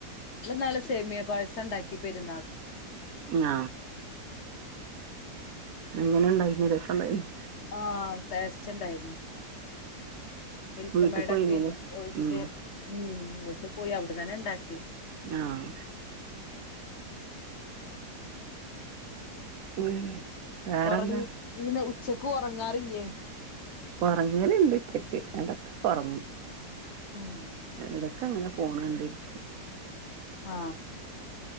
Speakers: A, on the left; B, on the right.
A: ഇന്നലെ സേമിയ പായസം ഉണ്ടാക്കി പെരുന്നാ
B: ആ എങ്ങനെ ഉണ്ടായിരിന്ന് രസം ഉണ്ടായിരിന്നോ
A: ആഹ് ട്ടേസ്റ്റ്ണ്ടായിരുന്നു മിൽക്ക്
B: വീട്ടിൽ
A: മേടൊക്കെ
B: പോയിരുന്നില്ലേ
A: ഒഴിച്ച്
B: ഉം.
A: ഉം വീട്ടിൽ പോയി അവിടെന്നെന്നെ ഉണ്ടാക്കി
B: ആഹ് ഉം വേറെന്താ
A: ഉറങ്ങി <unintelligible> ഉച ചെക്ക് ഉറങ്ങാറില്ലേ
B: ഉറങ്ങലിണ്ട് ഉച്ചക്ക് ഇടകെക്ക ഉറങ്ങും
A: ഉം
B: എടക്ക് അങ്ങനെ ഫോണ് കണ്ടിരിക്കും
A: ആ